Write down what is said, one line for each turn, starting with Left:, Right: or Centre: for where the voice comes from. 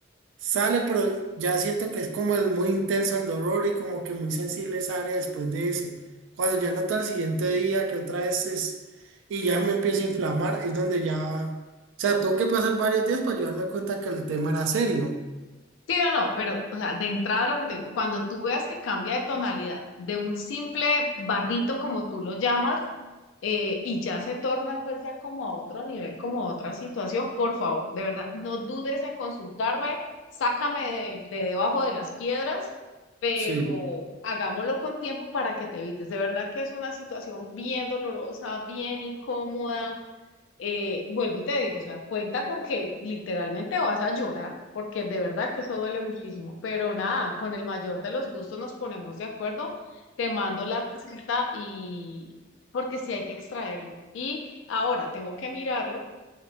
Right: Sale, pero ya siento que es como el muy intenso el dolor y como que muy sensible esa área después de eso. Cuando ya noto el siguiente día que otra vez es y ya me empiezo a inflamar, es donde ya, o sea, tuvo que pasar varios días para yo darme cuenta que el tema era serio.
Left: Sí, no, no, pero, o sea, de entrada lo que te digo, cuando tú veas que cambia de tonalidad de un simple barrito, como tú lo llamas, eh, y ya se torna pues ya como a otro nivel, como a otra situación, por favor, de verdad, no dudes en consultarme, sácame de, de debajo de las piedras, pero
Right: Sí.
Left: hagámoslo con tiempo para que te evites. De verdad que es una situación bien dolorosa, bien incómoda eh, vuelvo y te digo, o sea, cuenta con que literalmente vas a llorar, porque de verdad que eso duele muchísimo, pero nada, con el mayor de los gustos nos ponemos de acuerdo, te mando la receta y porque sí hay que extraerlo. Y ahora tengo que mirarlo